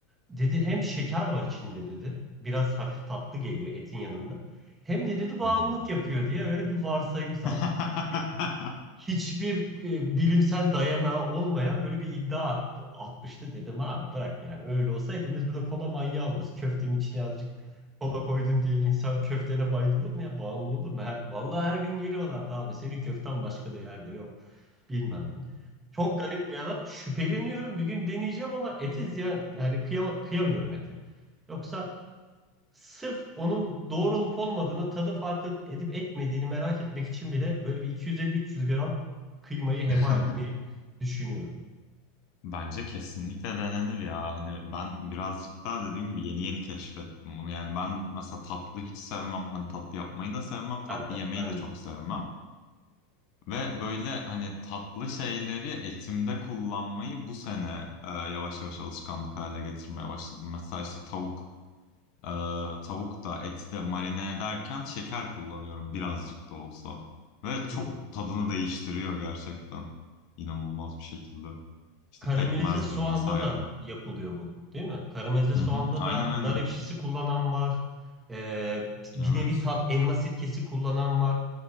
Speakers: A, on the right; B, on the left.
A: Dedi hem şeker var içinde dedi. Biraz hafif tatlı geliyor etin yanında. Hem de dedi bağımlılık
B: Allah.
A: yapıyor diye öyle bir varsayımsal.
B: <laughs>
A: Hiçbir hiçbir e, bilimsel dayanağı olmayan böyle bir iddia atmıştı dedim abi bırak yani öyle olsa hepimiz burada kola manyağı oluruz. Köftenin içine azıcık kola koydun diye insan köftene bayılır mı ya bağımlı olur mu? Her, vallahi her gün geliyorlardı abi senin köften başka da yerde yok bilmem ne. Çok garip bir adam şüpheleniyorum bir gün deneyeceğim ama ete ziyan yani kıyama, kıyamıyorum ete. Yoksa sırf onun doğru olup olmadığını, tadı farkı edip etmediğini merak etmek için bile böyle bir 250-300 gram kıymayı heba
B: <laughs>
A: etmeyi düşünüyorum.
B: Bence kesinlikle denenir ya. Hani ben birazcık daha dediğim gibi yeni yeni keşfettim bunu. Yani ben mesela tatlı hiç sevmem. Hani tatlı yapmayı da sevmem. Tatlı
A: Ben de,
B: yemeyi
A: ben
B: de çok
A: de.
B: sevmem. Ve böyle hani tatlı şeyleri etimde kullanmayı bu sene e, yavaş yavaş alışkanlık haline getirmeye başladım. Mesela işte tavuk e, tavuk da etle marine ederken şeker kullanıyorum birazcık da olsa. Ve çok
A: Hı hı.
B: tadını değiştiriyor gerçekten. İnanılmaz bir şekilde. İşte
A: Karamelize
B: pekmezdir
A: soğanda
B: vesaire.
A: da yapılıyor bu, değil mi? Karamelize soğanda
B: Hı hı. Aynen
A: da
B: aynen.
A: nar ekşisi kullanan var. Ee, bir
B: Evet.
A: nevi tat elma sirkesi kullanan var.